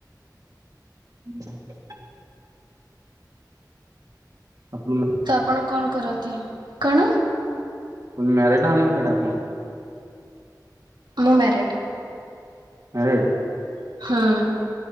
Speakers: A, on the right (about 50°); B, on the right (about 80°).
A: <inaudible> ଆପଣ
B: ତ ଆପଣ କଣ କରନ୍ତି କଣ?
A: ମ୍ୟାରେଡ ନା ଅନମ୍ୟାରେଡ ଆପଣ?
B: ମୁଁ ମ୍ୟାରେଡ।
A: ମ୍ୟାରେଡ।
B: ହଁ।